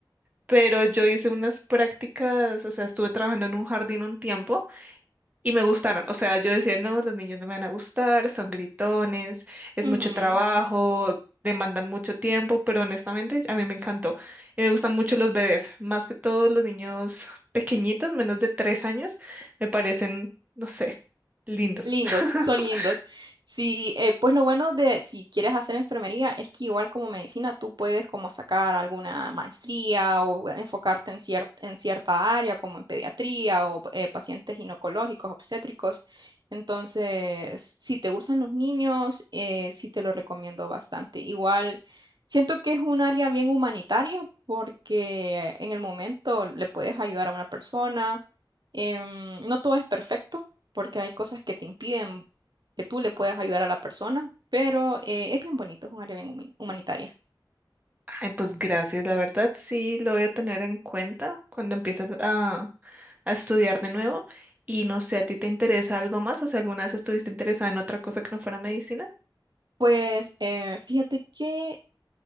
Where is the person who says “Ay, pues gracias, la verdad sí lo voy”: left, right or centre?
Right